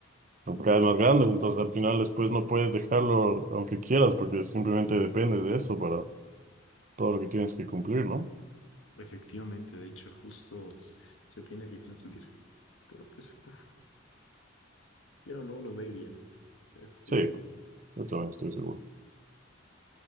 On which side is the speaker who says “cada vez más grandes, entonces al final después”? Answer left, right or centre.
Right